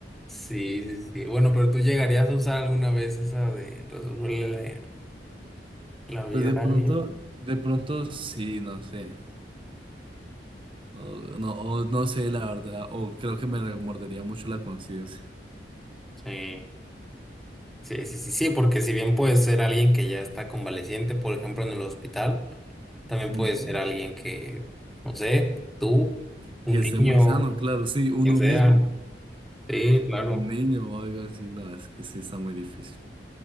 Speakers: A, in the centre; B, on the right.
A: Sí, sí, sí. Bueno, pero tú llegarías a usar alguna vez esa de resolverle la, la vida
B: Pues de
A: a
B: pronto,
A: alguien.
B: de pronto sí, no sé. O, no, o no sé, la verdad. O creo que me remordería mucho la conciencia.
A: Sí. Sí, sí, sí, sí, porque si bien puede ser alguien que ya está convaleciente, por ejemplo, en el hospital, también
B: Ujú.
A: puede ser alguien que, no sé, tú,
B: Que,
A: un
B: que esté
A: niño,
B: muy sano, claro, sí, uno
A: quien sea.
B: mismo.
A: Sí, claro.
B: Un niño o algo así, no, es que sí está muy difícil.